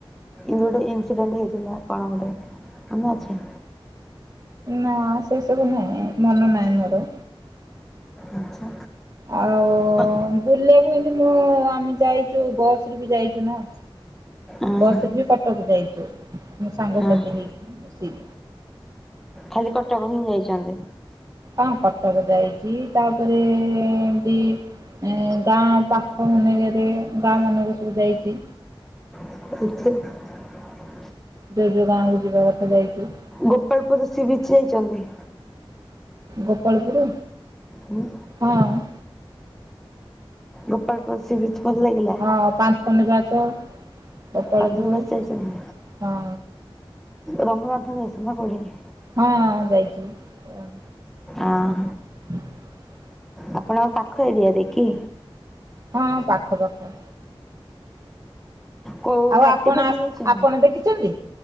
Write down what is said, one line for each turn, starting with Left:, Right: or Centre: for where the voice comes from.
Centre: ଏମତି ଗୋଟେ ଇନସିଡେଣ୍ଟ ହେଇଥିଲା କଣ ଗୋଟେ। ଆମ ଅଛି
Right: ନାଁ ସେ ସବୁ ନାହିଁ ମନ ନାହିଁ ମୋର।
Centre: ଆଚ୍ଛା।
Right: ଆଉ
Centre: ହଁ
Right: ବୁଲେ। ଏନ୍ତି ମୁଁ ଆମେ ଯାଇଚୁ ବସରେ ବି ଯାଇଚୁ ନାଁ।
Centre: ହଁ
Right: ବସରେ ବି କଟକ ଯାଇ <inaudible> ମୁଁ ସାଙ୍ଗ
Centre: ହଁ
Right: ସାଥି ହେଇକି ବସ୍ ଇ
Centre: ଖାଲି କଟକ ହିଁ ଯାଇଚନ୍ତି?
Right: ହଁ କଟକ ଯାଇଚି ତାପରେ ଏନ୍ତି ଏଁ ଗାଁ ପାଖ ମାନେଙ୍କେରେ ଗାଁମାନଙ୍କୁ ସବୁ ଯାଇଚି।
Centre: <unintelligible>
Right: ଯେବେ ଗାଁକୁ ଯିବା କଥା ଯାଇଚି।
Centre: ଗୋପାଳପୁର ସି ବିଚ ଯାଇଚନ୍ତି?
Right: ଗୋପାଳପୁରୁ?
Centre: ହୁଁ
Right: ହଁ।
Centre: Gopalpur sea beach? ଭଲ ଲାଗିଲା?
Right: ହଁ ପାନ୍ଥ ନିବାସ୍ ତ ଗୋପାଳପୁରୁ
Centre: ବାନ୍ଧବୀବାସ ଯାଇଛନ୍ତି?
Right: ହଁ।
Centre: ରମ୍ଭା ପାନ୍ଥ ନିବାଶ ନାଁ କୋଉଠିକି?
Right: ହଁ ଯାଇଚି। ଏ ଆଉ
Centre: ଆଁ
Right: <inaudible>
Centre: ଆପଣଙ୍କ ପାଖ ଏରିଆରେ କି?
Right: ହଁ ଆମ ପାଖ ପାଖ।
Centre: କୋଉ
Right: ଆଉ
Centre: ଘାଟି
Right: ଆପଣ
Centre: ଫାଟି
Right: ଆସ
Centre: ଯାଇଚନ୍ତି?
Right: ଆପଣ ଦେଖିଛନ୍ତି?